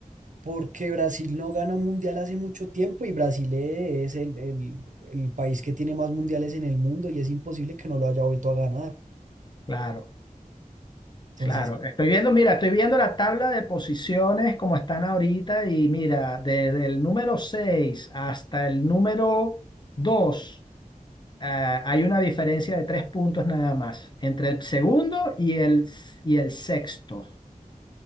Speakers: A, on the right; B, on the left.
A: porque Brasil no gana un mundial hace mucho tiempo y Brasil es el, el- el país que tiene más mundiales en el mundo y es imposible que no lo haya vuelto a ganar.
B: Claro,
A: Entonces,
B: claro. Estoy viendo, mira, estoy viendo la tabla de posiciones como están ahorita y mira, desde el número 6 hasta el número dos ah, hay una diferencia de tres puntos nada más entre el segundo y el, y el sexto.